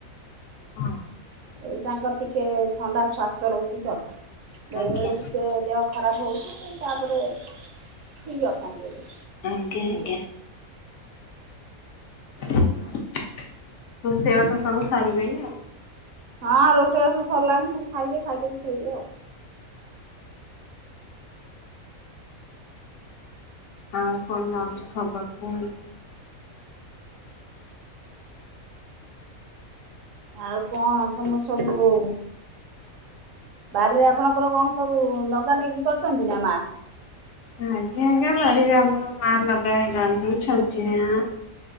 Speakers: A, on the left (about 65°); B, on the right (about 70°).
A: ହଁ।
B: ଏଇ ତାଙ୍କର ଟିକେ ଥଣ୍ଡା ଶ୍ଵାସ ରହୁଚିତ ବେଳେ
A: ଆଜ୍ଞା
B: ବେଳେ ଟିକେ ଦେହ ଖରାପ ହଉଚି ତାପରେ ଠିକି ଅଛନ୍ତି ଏବେ।
A: ଆଜ୍ଞା ଆଜ୍ଞା। ରୋଷେଇବାସ ସବୁ ସାରିବେନି ଆଉ।
B: ହଁ ରୋଷେଇବାସ ସରିଲାଣି ଖାଲି ଖାଇବେ ଖାଇଦେଇକି ଶୋଇବେ ଆଉ।
A: ଆଉ କଣ ମାଉସୀ ଖବର କୁହନ୍ତୁ?
B: ଆଉ କଣ ତମର ସବୁ ବାରିରେ ଆପଣଙ୍କ କଣ ସବୁ ନଗା ନକି କରିଚନ୍ତି ନା ମା?
A: ଆଜ୍ଞା ଆଜ୍ଞା ବାଡିରେ ଆମର ମା ଲଗାଏ ଜହ୍ନି ଝାଚିନ୍ଦ୍ରା।